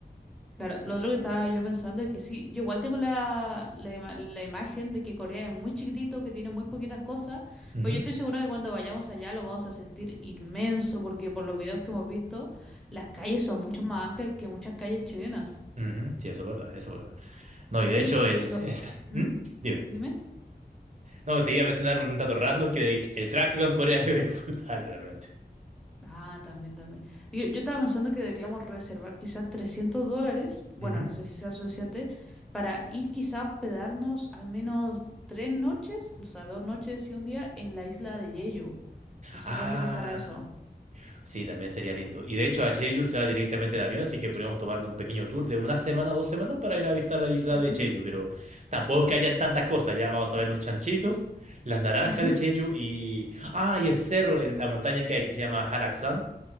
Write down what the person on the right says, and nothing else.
Ujú,
ujú, Sí, eso es verdad, eso es verdad. No, y de
hecho, el,
<laughs> el tra-
¿Mm? Dime.
No, te iba a mencionar un dato random que de- el tráfico en Corea <laughs> es brutal realmente.
Ujú.
Ah.
Sí, también sería lindo. Y de hecho, a Jeju se va directamente en avión, así que podríamos tomarnos un pequeño tour de una semana, dos semanas para ir a visitar la isla
de Jeju, pero tampoco es que hayan tantas cosas. Ya vamos a ver los chanchitos, las naranjas
de Jeju y... Ah, y el cerro, el- la montaña que hay que se llama Haraksan,